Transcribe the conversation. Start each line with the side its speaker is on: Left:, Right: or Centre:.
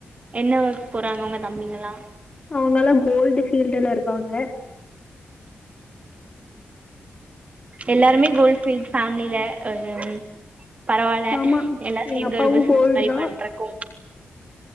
Right: என்ன ஒர்க் போறாங்க ஒங்க தம்பிங்கல்லா
Left: அவங்கல்லா கோல்டு ஃபீல்டுல இருக்காங்க
Right: எல்லாருமே கோல் பீல்ட் ஃபேமிலில ஆ <inaudible> பரவால்ல
Left: ஆமா
Right: எல்லா சேந்து
Left: எங்க அப்பாவு
Right: ஒரு பிஸ்னஸ்
Left: கோல்டு
Right: மாரி
Left: தான்
Right: பண்ற கோ